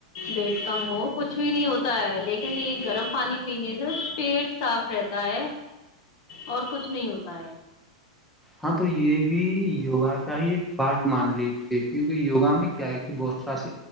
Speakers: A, on the left; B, in the centre.
A: پیٹ کم ہو کچھ بھی نہیں ہوتا ہے لیکن یہ گرم پانی پینے سے پیٹ صاف رہتا ہے اور کچھ نہیں ہوتا ہے
B: ہاں تو یہ بھی یوگا کا ہی ایک پارٹ مان لیجیے دیکھے کیونکہ یوگا میں کیا ہے کہ بہت سارا سے